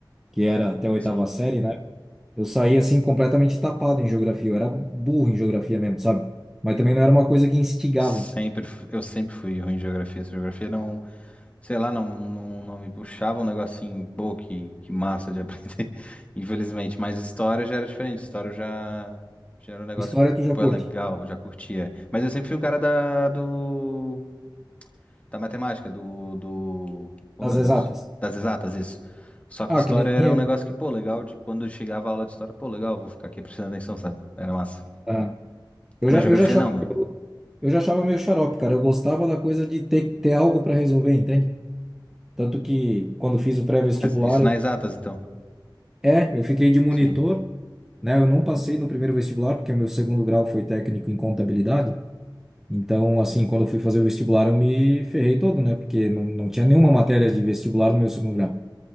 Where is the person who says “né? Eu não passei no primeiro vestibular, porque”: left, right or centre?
Centre